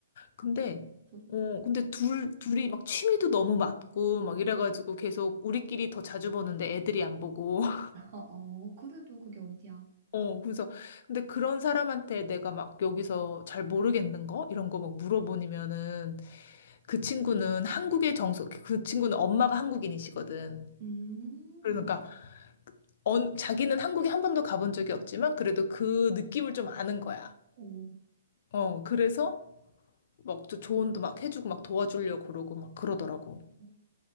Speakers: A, on the left; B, on the right.
A: 근데,
B: 좋지.
A: 어, 근데 둘, 둘이 막 취미도 너무 맞고 막 이래가지고 계속 우리끼리 더 자주 보는데 애들이 안 보고. <laughs>
B: <laughs> 어, 어, 그래도 그게 어디야?
A: 어, 그래서 근데 그런 사람한테 내가 막 여기서 잘 모르겠는 거? 이런 거 막 물어보면은 그 친구는 한국의 정서, 그 친구는 엄마가 한국인이시거든.
B: 음,
A: 그러니까 언- 자기는 한국에 한 번도 가본 적이 없지만 그래도 그 느낌을 좀 아는 거야.
B: 오,
A: 어, 그래서 막 저- 조언도 막 해주고 막 도와주려고 그러고 막 그러더라고.
B: 어,